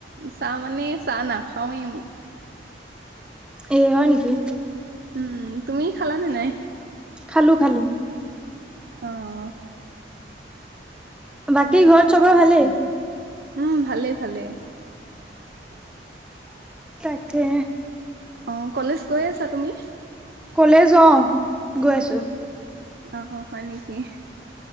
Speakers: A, on the right (about 60°); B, in the centre.
A: চাহ মানে চাহ নাখাওৱেই।
B: এ হয় নেকি।
A: উম তুমি খালা নে নাই।
B: খালো খালো।
A: অ'।
B: বাকী ঘৰত চবৰে ভালেই।
A: উম ভালেই ভালেই।
B: তাকে।
A: অ' কলেজ গৈ আছা তুমি।
B: ক'লে য অওঁ গৈ আছোঁ।
A: আহ হয় নেকি।